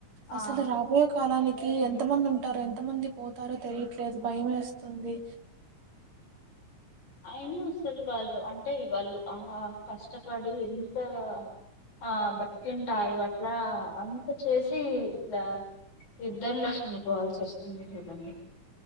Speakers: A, on the left; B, on the right.
A: ఆ
B: అసలు రాబొయే. యే కాలనికి. కి ఎంత మంది ఉంటారో ఎంత మంది పోతారో తెలియట్లేదు భయమేస్తుంది.
A: అయినా అసలు వాళ్ళు అంటే వాళ్ళు ఆహ కష్టపడి. ఆహ్ ఆహ్ బట్. తింటాయి అట్లా అంత చేసి ఇట్లా. ఇద్దరులో చనిపోవాల్సి వస్తుంది చూడండి.